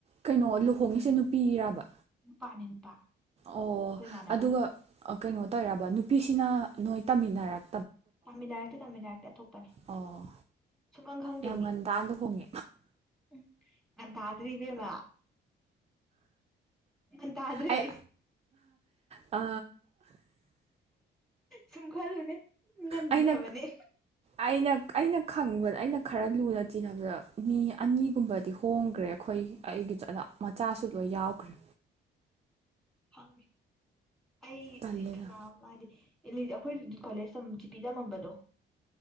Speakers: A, on the right; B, in the centre.
A: ꯀꯩꯅꯣ ꯂꯨꯍꯣꯡꯉꯤꯁꯦ ꯅꯨꯄꯤꯔꯔꯕ
B: ꯅꯨꯄꯥꯅꯤ ꯅꯨꯄꯥ
A: ꯑꯣ
B: ꯑꯩꯈꯣꯏ ꯏꯃꯥꯟꯅꯕ
A: ꯑꯗꯨꯒ ꯀꯩꯅꯣ ꯇꯧꯔꯕ ꯅꯨꯄꯤꯁꯤꯅ ꯅꯣꯏꯇꯥ ꯃꯤꯅꯔꯛ
B: ꯇꯥꯃꯤꯜ ꯔꯛꯇꯤ ꯇꯥꯃꯤꯜ ꯅꯥꯔꯛꯇꯤ ꯑꯇꯣꯞꯄꯅꯦ
A: ꯑꯣ
B: ꯁꯨꯝꯃꯪ ꯈꯪꯗꯦ
A: ꯌꯥꯝ
B: ꯃꯤ
A: ꯉꯟꯇꯥ ꯂꯨꯍꯣꯡꯉꯦ
B: ꯎꯝ ꯉꯒꯟ ꯇꯥꯗ꯭ꯔꯤ ꯏꯕꯦꯝꯃ ꯑ ꯇꯗ꯭ꯔꯦ
A: ꯑꯩ ꯑ
B: ꯁꯨꯝ ꯈꯜꯂꯅꯦ ꯅꯟꯗ꯭ꯔꯕꯅꯦ
A: ꯑꯩꯅ ꯑꯩꯅ ꯑꯩꯅ ꯈꯪꯕꯗ ꯑꯩꯅ ꯈꯔ ꯂꯨꯅ ꯆꯤꯟꯅꯕꯗ ꯃꯤ ꯑꯅꯤꯒꯨꯝꯕꯗꯤ ꯍꯣꯡꯈ꯭ꯔꯦ ꯑꯩꯈꯣꯏ ꯑꯩꯒꯤꯂ ꯃꯆꯥꯁꯨ ꯂꯣꯏ ꯌꯥꯎꯈ꯭ꯔꯦ
B: ꯍꯥꯏ ꯑꯩ
A: ꯇꯜꯂꯦꯅ
B: ꯅꯤꯡꯅ ꯃꯥꯗꯤ ꯏ ꯑꯩꯈꯣꯏ ꯀꯣꯂꯦꯖ ꯖꯤꯄꯤ ꯇꯝꯃꯝꯕꯗꯣ